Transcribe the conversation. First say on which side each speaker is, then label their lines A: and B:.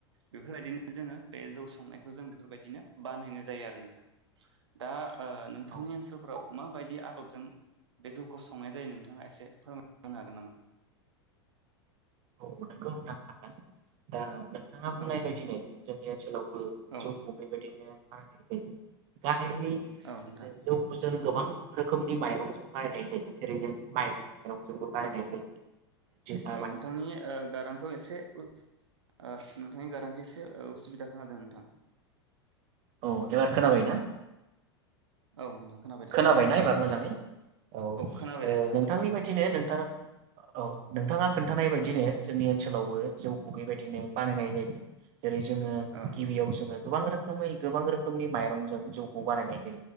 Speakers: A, on the right; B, on the right.
A: बेफोरबायदिनो जोङो बे जौ संनायखौ जों बेफोरबायदिनो बानायनाय जायो आरो नोंथां। दा ओ नोंथांनि
B: औ
A: ओनसोलफोराव माबायदि आदबजों बे जौखौ संनाय जायो नोंथाङा एसे फोरमायनो हागोन नामा?
B: औ <unintelligible> नोंथां दा नोंथाङा बुंनाय
A: औ
B: बायदिनो जोंनि ओनसो औ
A: औ
B: जौखौ बे बादिनो आ गाहायै
A: औ नोंथां
B: जौखौ जों गोबां रोखोमनि माइरंजों बानायायनाय जायो जेरै जों माइ
A: औ
B: <unintelligible>
A: औ नोंथांनि ओ गारांखौ एसे ओ नोंथांनि गारांखौ एसे उसुबिदा खोनादों नोंथां।
B: औ एबार खोनाबायना?
A: औ नोंथां खोनाबाय दे
B: खोनाबायना एबार मोजाङै औ
A: खोनाबाय
B: ओ
A: दे नोंथां
B: नोंथांनि
A: मोजां खोनाबाय
B: बायदिनो नोंथाङा औ। नोंथाङा खोन्थानाय बायदिनो जोंनि ओनसोलावबो जौखौ बेबाय दिनो बानायनाय
A: औ
B: जायो जेरै जोङो
A: औ नंगौ
B: गिबियाव जोङो गोबां रो सबाय। गोबां रोखोमनि माइरंजों जौखौ बानायनाय